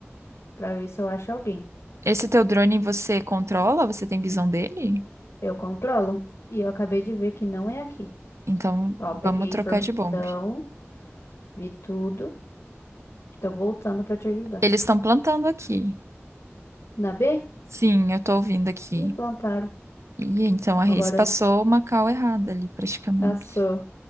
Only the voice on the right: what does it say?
Esse teu drone você controla? Você tem visão dele?
Então
vamos
trocar
de bomba.
Eles estão plantando aqui.
Sim, eu tô ouvindo aqui.
E então a Reis
passou
uma cal errada ali, praticamente.